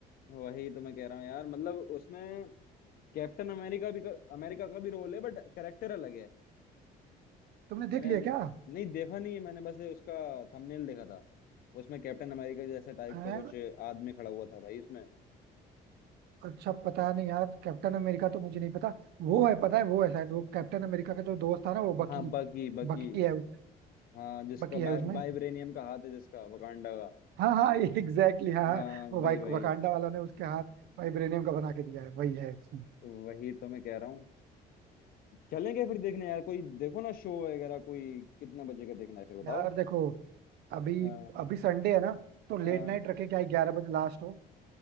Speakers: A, on the left (about 60°); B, on the right (about 70°).
A: वही तो मैं कह रहा हूँ यार मतलब उसमें कैप्टन अमेरिका भी का, अमेरिका का भी रोल है बट करेक्टर अलग है
B: तुमने
A: मैंने
B: देख लिया
A: नहीं देखा नहीं है मैंने बस उसका थंबनेल देखा था उसमें कैप्टन अमेरिका जैसे टाइप
B: क्या
A: का कुछ आदमी खड़ा हुआ था भाई उसमें
B: अच्छा पता नहीं यार कैप्टन अमेरिका तो मुझे नहीं पता वो है पता है वो है शायद वो कैप्टन अमेरिका का जो दोस्त था ना वो बकी
A: हाँ बकी बकी
B: बकी है उसमें
A: हाँ जिसका
B: बकी
A: बाइ,
B: है उसमें
A: बाइब्रेनियम का हाथ है जिसका वकांडा का
B: हाँ हाँ <laughs> एग्जैक्टली हाँ
A: हाँ
B: हाँ, वो
A: वही
B: वाई
A: वही
B: वकांडा वालों ने उसके हाथ वाइब्रेनियम का बना के दिया है वही है उसमें
A: वही तो मैं कह रहा हूँ चलेंगे फिर देखने यार कोई देखो ना शो वगैरह कोई कितने बजे का देखना है फिर बताओ
B: यार देखो अभी
A: हाँ
B: अभी संडे है ना तो लेट
A: हाँ
B: नाइट रखे क्या ग्यारह बजे लास्ट हो